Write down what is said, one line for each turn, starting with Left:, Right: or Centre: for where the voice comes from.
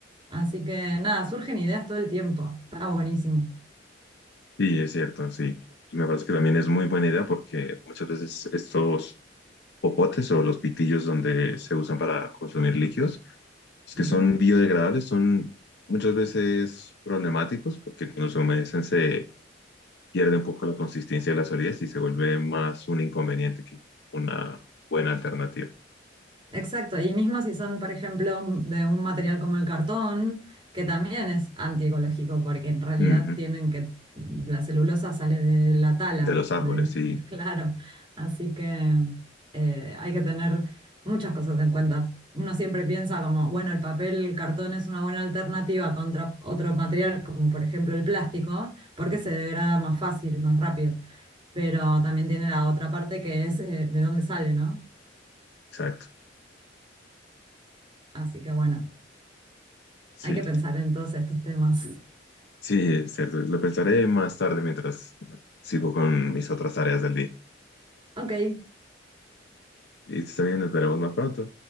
Right: Así que nada, surgen ideas todo el tiempo, está buenísimo.
Left: Sí, es cierto, sí. Y me parece que también es muy buena idea porque muchas veces estos popotes o los pitillos donde se usan para consumir líquidos, los
Right: Ujú.
Left: que son biodegradables son muchas veces problemáticos porque cuando se humedecen se pierde un poco la consistencia de la solidez y se vuelve más un inconveniente que una buena alternativa.
Right: Exacto, y mismo si son, por ejemplo, de un material como el cartón, que también es antiecológico, porque en realidad
Left: Ujú.
Right: tienen que, la celulosa sale de la tala,
Left: De los árboles,
Right: de, <laughs>
Left: sí,
Right: claro, así que eh, hay que tener muchas cosas en cuenta. Uno siempre piensa como, bueno, el papel, el cartón es una buena alternativa contra otro material, como por ejemplo el plástico, porque se degrada más fácil, más rápido, pero también tiene la otra parte que es eh, de dónde sale, ¿no?
Left: exacto.
Right: Así que bueno.
Left: Sí,
Right: Hay que pensar en todos estos temas.
Left: sí, es cierto. Lo pensaré más tarde mientras sigo con mis otras áreas del día.
Right: Ok,
Left: Y también nos veremos más pronto.